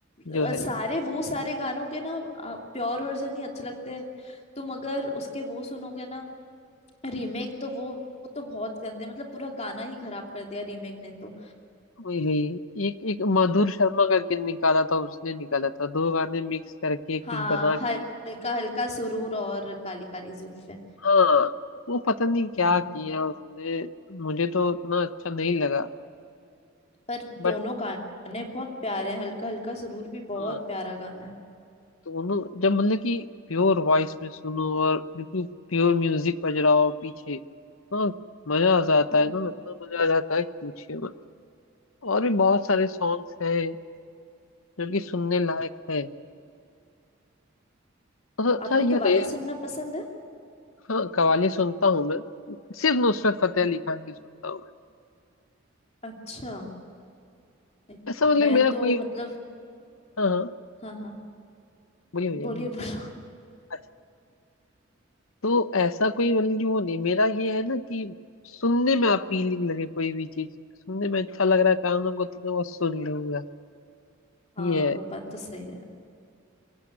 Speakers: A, on the left; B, on the left.
A: जो
B: अ, सारे
A: है
B: वो सारे गानों के ना प्योर वर्जन ही अच्छे लगते हैं तुम अगर उसके वो सुनोगे ना रीमेक तो वो वो तो बहुत गंदे मतलब पूरा गाना ही खराब कर दिया रीमेक ने तो
A: वही वही एक एक मधुर शर्मा का किन निकाला था उसने निकाला था दो गाने मिक्स करके कुछ
B: हाँ
A: बना के
B: हल्का हल्का सुरूर और काली काली जुल्फें
A: हाँ वो पता नहीं क्या
B: हम्म
A: किया उसने मुझे तो उतना अच्छा नहीं लगा
B: पर
A: बट
B: दोनों गाने बहुत प्यारे हैं हल्का हल्का सुरूर भी बहुत
A: हाँ
B: प्यारा गाना है
A: दोनों जब मतलब कि प्योर वॉइस में सुनो और बिल्कुल प्योर म्यूजिक बज रहा हो पीछे हाँ मजा आ जाता
B: हाँ
A: है ना इतना मजा आ जाता है कि पूछिए मत और भी बहुत सारे सॉन्ग्स हैं जो कि सुनने लायक है अच्छा
B: हाँ, आपको
A: ये बताइए
B: कव्वाली सुनना पसंद है
A: हाँ कव्वाली सुनता हूँ मैं सिर्फ नुसरत फतेह
B: हम्म,
A: अली खान की सुनता हूँ मैं
B: अच्छा नहीं,
A: ऐसा मतलब
B: मैं
A: मेरा
B: तो
A: कोई
B: मतलब
A: हाँ हाँ
B: हाँ हाँ
A: बोलिए भैया
B: बोलिए
A: बोलिए।
B: बोलो
A: अच्छा तो ऐसा कोई मतलब कि वो नहीं मेरा ये है ना कि सुनने में अपीलिंग लगे कोई भी चीज सुनने में अच्छा लग रहा है कानों को तो मैं वो सुन लूंगा
B: हाँ
A: ये है
B: वो बात तो सही है